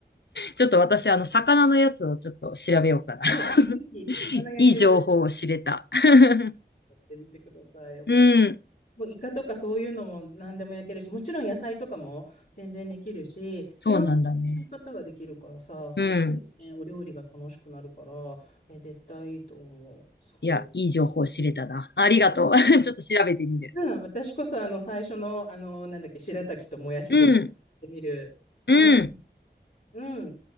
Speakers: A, on the left; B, on the left.
A: ちょっと私、あの、魚のやつをちょっと調べようかな。
B: もう、
A: <laughs>
B: ぜひ、魚焼ける。
A: いい情報を知れた。<laughs>
B: やってみてください。おす
A: うん、
B: もうイカとかそういうのも何でも焼けるし、もちろん野菜とかも全然できるし、
A: そうなんだね。
B: いろんな使い方ができるからさ、すごいね、
A: うん。
B: お料理が楽しくなるから、ね、絶対いいと思う。そう。
A: いや、いい情報知れたな。ありがとう。<laughs> ちょっと調べてみる。
B: うん、私こそあの最初の、あの、なんだっけ、白滝ともやし絶対やってみる。
A: うん。うん。
B: うん、うん。